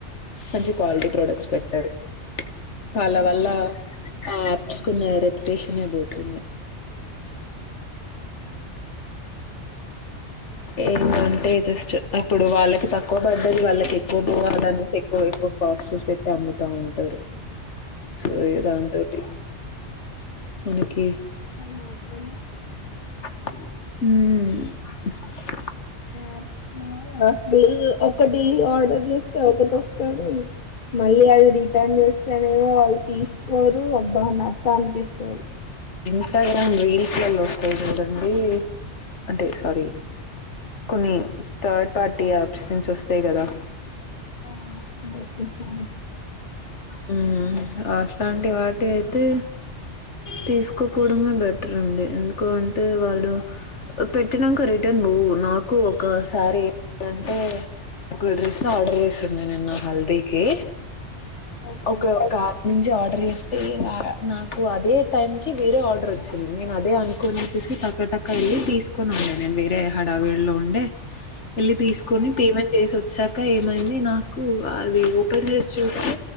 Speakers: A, on the left (about 80°); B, on the left (about 45°).
A: మంచి క్వాలిటీ ప్రోడక్ట్స్ పెట్టారు వాళ్ళ వల్ల యాప్స్ కున్న రెప్యుటేషన్ పోతుంది ఏంటంటే జస్ట్ ఇప్పుడు వాళ్ళకి తక్కువ పడ్డది వాళ్ళకి ఎక్కువ పోవాలనేసి ఎక్కువ ఎక్కువ కాస్టూస్ పెట్టి అమ్ముతా ఉంటారు సో ఇ దా తటి మనకి
B: మాత్రమే
A: హ
B: అ ఒకటి ఆర్డర్ చేస్తే ఒకటి వస్తది మళ్ళీ అది రిటర్న్ చేస్తేనేమో వాళ్ళు తీసు కోరు అబ్బా నా తలా పీకుతారు
A: ఇంస్టాగ్రామ్ రీల్స్లలో వస్తాయి చూడండి అంటే సారీ కొన్ని థర్డ్ పార్టీ యాప్స్ నుంచి వస్తయి కదా
B: ఆ
A: ఉ అట్లాంటి వాటి అయితే తీసుకోపోవడమే బెటర్ అండి ఎందుక అంటే వాళ్ళు పెట్టినాక రిటర్న్ పోవు నాకు ఒకసారి ఏంటే ఒక డ్రెస్ ఆర్డర్ చేసినండి నేను హల్దీకి
B: ఓకే.
A: ఒకే ఒక యాప్ నుంచి ఆర్డర్ ఆర్డర్ చేస్తే నాకు అదే టైంకి వేరే ఆర్డర్ వచ్చింది నేను అదే అనుకోని వేసి టక్క టక్క వెళ్ళి తీసుకొని ఉండే నేను వేరే హడావేలో ఉండే వెళ్ళి తీసుకుని పేమెంట్ చేసి వచ్చ ఇంకా ఏమైంది నాకు అది ఓపెన్ చేసి చూస్తే